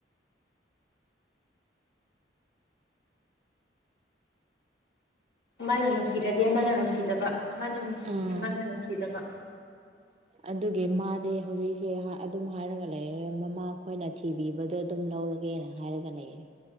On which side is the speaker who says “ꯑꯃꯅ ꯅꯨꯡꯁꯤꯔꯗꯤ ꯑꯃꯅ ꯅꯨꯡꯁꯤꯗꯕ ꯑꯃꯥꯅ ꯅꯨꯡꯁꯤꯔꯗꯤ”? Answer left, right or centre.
Left